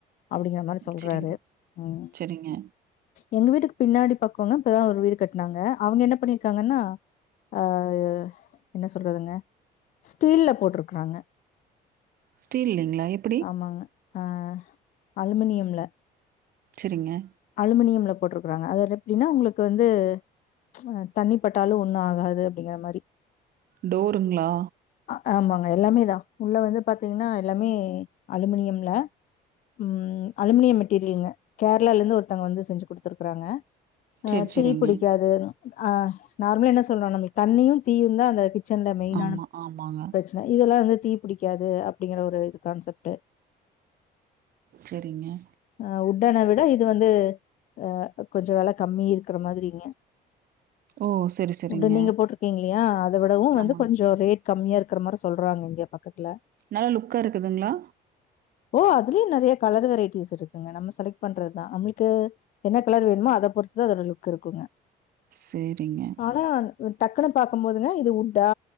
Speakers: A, on the left; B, on the right.
A: அப்பிடிங்கற மாரி சொல்றாரு
B: சரிங்க,
A: ம்
B: சரிங்க.
A: எங்க வீட்டுக்கு பின்னாடி பக்கவங்க இப்பதா ஒரு வீடு கட்னாங்க அவுங்க என்ன பண்ணிருக்காங்கன்னா அ ஒ என்ன சொல்றதுங்க ஸ்டீல்ல போட்டிருக்கறாங்க
B: ஸ்டீல்லீங்ளா எப்
A: ஆமாங்க ஆ அலுமினியம்ல
B: செரிங்க
A: அலுமினியம்ல போட்ருக்கறாங்க அதது எப்டின்னா உங்ளுக்கு வந்து அ தண்ணிப்பட்டாலு ஒண்ணு ஆகாது அப்டிங்கிற மாரி
B: டோருங்ளா
A: அ ஆமாங்க எல்லாமேதா உள்ள வந்து பாத்தீங்கன்னா எல்லாமே அலுமினியம்ல ம் அலுமினியம் மெட்டீரியலுங்க கேர்ளாலந்து ஒரு த்தங்க வந்து செஞ்சு குடுத்துருக்கறாங்க அ
B: சரி சரிங்க
A: திரிப் புடிக்காது அ நார்மலா என்ன சொல்றோ நம்ளுக் தண்ணியுந் தீயுந்தா அந்த கிச்சன்ல மெயினா
B: ஆமாம் ஆமாங்க
A: பிரச் ன இதல்லா வந்து தீப் பிடிக்காது அப்டிங்கிற ஒரு இது கான்செப்ட்டு
B: செரிங்க
A: அ உட்டன விட இது வந்து அ கொஞ்சோ வெலக் கம்மி இருக்கற மாதிரிங்க
B: ஓ சரி சரிங்க
A: உட்டு நீங்க போட்ருக்கீங்கில்லியா அத விடவு வந்து
B: ஆமாங்க
A: கொஞ்சோ ரேட் கம்மியா இருக்ற மாரி சொல்றாங்க இங்க பக்கத்ல
B: நல்லா லுக்கா இருக்குதுங்ளா
A: ஓ அதுலியு நெறய கலர் வெரைட்டிஸ் இருக்குங்க நம்ம செலக்ட் பண்றத் தா நம்ளுக்கு என்னக் கலர் வேண்மோ அதப் பொறுத்துதா அதோட லுக்கு இருக்குங்க
B: சேரிங்க
A: ஆனா டக்குனு பாக்கும் போதுங்க இது உட்டா